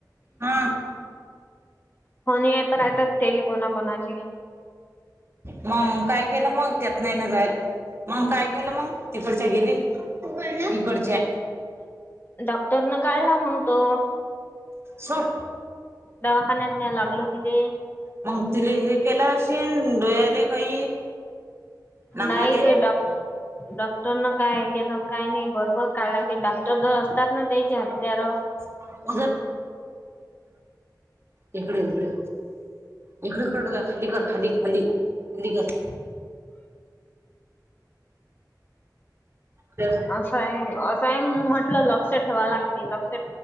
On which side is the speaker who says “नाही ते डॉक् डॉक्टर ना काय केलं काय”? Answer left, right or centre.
Left